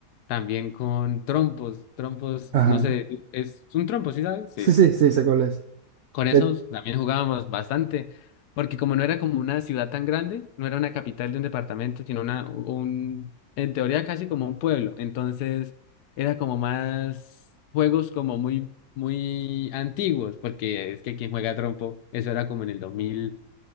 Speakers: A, on the left; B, on the right.
A: también con trompos, trompos,
B: Ajá.
A: no sé, es un trompo, ¿sí sabes? Sí.
B: Sí, sí, sí, sé cuál es.
A: Con
B: Que-
A: esos también jugábamos bastante, porque como no era como una ciudad tan grande, no era una capital de un departamento, sino una, un, en teoría casi como un pueblo. Entonces era como más juegos como muy, muy antiguos, porque es que quien juega trompo, eso era como en el 2000,